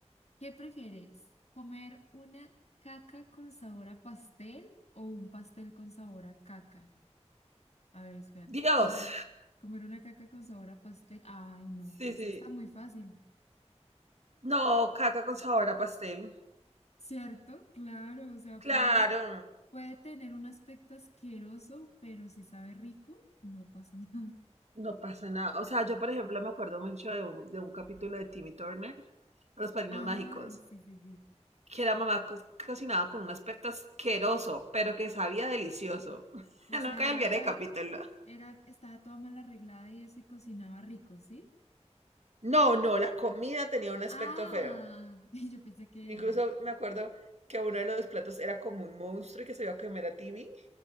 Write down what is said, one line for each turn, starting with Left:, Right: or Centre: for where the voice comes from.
Left: ¿Qué prefieres? ¿Comer una caca con sabor a pastel o un pastel con sabor a caca? A ver, espera.
Right: Dios.
Left: ¿Comer, comer una caca con sabor a pastel? Ay, no,
Right: Sí,
Left: esa
Right: sí.
Left: está muy fácil.
Right: No, caca con sabor a pastel.
Left: ¿Cierto? Claro, o sea, puede,
Right: Claro,
Left: puede tener un aspecto asqueroso, pero si sabe rico, no pasa <laughs> nada.
Right: no pasa nada. O sea, yo, por ejemplo, me acuerdo mucho de un, de un capítulo de Timmy Turner, Los Padrinos
Left: Ay,
Right: Mágicos,
Left: sí, sí, sí.
Right: que la mamá co- cocinaba con un aspecto asqueroso, pero que sabía delicioso. <laughs>
Left: O sea,
Right: Nunca
Left: era,
Right: olvidaré
Left: ta-
Right: el capítulo.
Left: era, estaba toda mal arreglada y eso y cocinaba rico, ¿sí?
Right: No, no, la comida tenía un aspecto
Left: Ah,
Right: feo.
Left: <laughs> y yo pensé que
Right: Incluso
Left: ella ya. no.
Right: me acuerdo que uno de los platos era como un monstruo y que se iba a comer a Timmy.